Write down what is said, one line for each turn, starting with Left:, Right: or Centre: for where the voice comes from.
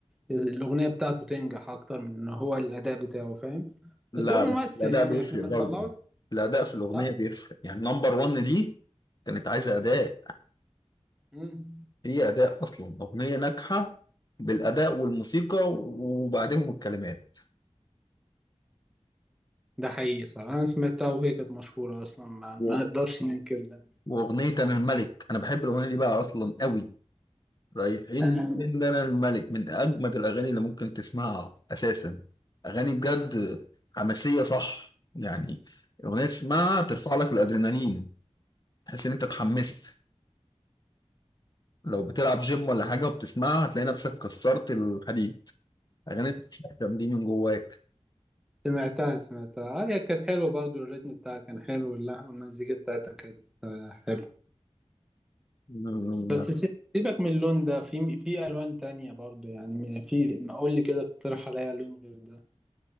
Centre: الاغنيه بتاعته تنجح اكتر من ان هو الاداء بتاعه فاهم
Left: لا
Centre: بس هو ممثل
Left: بس الأداء
Centre: يعني
Left: بيفرق
Centre: احنا ما
Left: برضه
Centre: نطلعوش
Left: الأداء في الأغنية
Centre: لا
Left: بيفرق يعني نمبر ون دي كانت عايزة أداء
Centre: مم.
Left: هي أداء أصلا أغنية ناجحة بالأداء والموسيقى وبعدهم الكلمات
Centre: ده حقيقي صح انا سمعتها وهي كانت مشهوره اصلا ما, ما
Left: و-
Centre: نقدرش ننكر ده
Left: وأغنية أنا الملك أنا بحب الأغنية دي بقى أصلا قوي رايحين
Centre: انا
Left: فين ده انا الملك من اجمد الاغاني اللي ممكن تسمعها اساسا اغاني بجد حماسيه صح يعني اغنيه تسمعها ترفع لك الادرينالين تحس ان انت اتحمست لو بتلعب جيم ولا حاجه وبتسمعها هتلاقي نفسك كسرت الحديد اغاني بتتكلم دي من جواك
Centre: سمعتها سمعتها آه، هي كانت حلوه برضو الريتم بتاعها كان حلو واللحن والمزيكا بتاعتها كانت حلوه
Left: أمم،
Centre: بس سي- سيبك من اللون ده في في الوان تانية برضو يعني في قول لي كده اقترح عليا لون غير ده